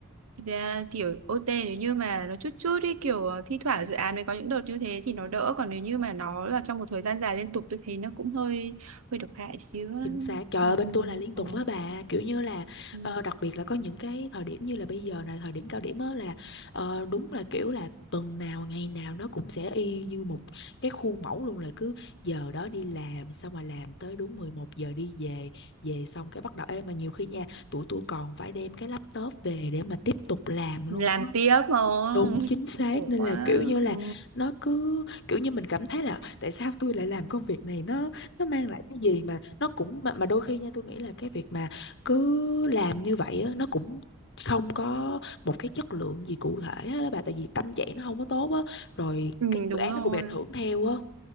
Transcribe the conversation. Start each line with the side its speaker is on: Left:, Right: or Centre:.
Right: thực ra kiểu OT nếu như mà nó chút chút ấy kiểu ờ, thi thoảng dự án mới có những đợt như thế thì nó đỡ còn nếu như mà nó là trong một thời gian dài liên tục tôi thấy nó cũng hơi hơi độc hại xíu á.
Left: chính xác trời
Right: ừ.
Left: ơi bên tôi là liên
Right: ờ,
Left: tục á bà kiểu như là
Right: ừ.
Left: ờ, đặc biệt là có những cái thời điểm như là bây giờ này thời điểm cao điểm á là ờ, đúng là kiểu là tuần nào ngày nào nó cũng sẽ y như một cái khuôn mẫu luôn là cứ giờ đó đi làm xong mà làm tới đúng 11 giờ đi về về xong cái bắt đầu ê mà nhiều khi nha tụi tôi còn phải đem cái laptop về để mà tiếp tục làm luôn
Right: làm tiếp không
Left: Đúng chính xác
Right: <laughs> khổ
Left: nên
Right: quá
Left: là kiểu như là
Right: ừ.
Left: nó cứ kiểu như mình cảm thấy là tại sao tôi lại làm công việc này nó nó mang lại cái gì mà nó cũng mà, mà đôi khi nha tôi nghĩ là cái việc mà cứ làm như vậy á, nó cũng không có một cái chất lượng gì cụ thể á đó bà tại vì tâm trạng nó không có tốt á rồi
Right: ừ
Left: cái dự
Right: đúng
Left: án
Right: rồi
Left: nó cũng bị ảnh hưởng theo á